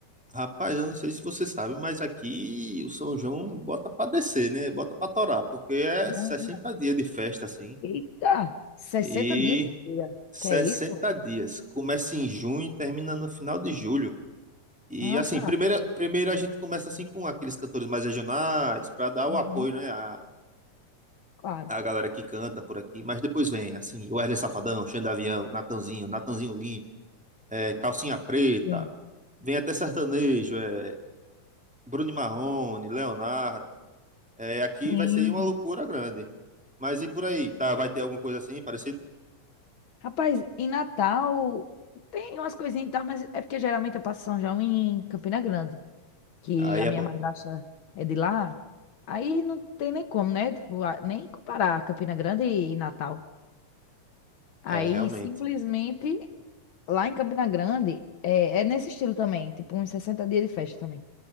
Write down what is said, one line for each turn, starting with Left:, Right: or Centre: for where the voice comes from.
Centre: rapaz, eu não sei se você sabe, mas aqui o São João bota pra descer, né? Bota pra torar, porque é
Left: Hum,
Centre: 60 dias de festa, assim.
Left: Eita! 60
Centre: E
Left: dias, minha filha.
Centre: 60
Left: Que é isso, pô?
Centre: dias. Começa em junho e termina no final de julho. E
Left: Aham.
Centre: assim, primeiro, primeiro a gente começa assim com aqueles cantores mais regionais, pra dar o
Left: Uhum,
Centre: apoio, né? A,
Left: Claro.
Centre: a galera que canta por aqui, mas depois vem, assim, o Wesley Safadão, Xand Avião, Natanzinho, Natanzinho Lima, eh, Calcinha Preta.
Left: Sim.
Centre: Vem até sertanejo, é Bruno e Marrone, Leonardo. É, aqui
Left: Sim.
Centre: vai ser uma loucura grande. Mas e por aí? Tá, vai ter alguma coisa assim parecido?
Left: Rapaz, em Natal tem umas coisinhas e tal, mas é porque geralmente eu passo São João em Campina Grande. que
Centre: Aí
Left: a
Centre: é
Left: minha
Centre: bom.
Left: madrasta é de lá, aí não tem nem como, né? Tipo, a- nem comparar Campina Grande e e Natal. Aí
Centre: É, realmente.
Left: simplesmente lá em Campina Grande é, é nesse estilo também, tipo uns 60 dias de festa também.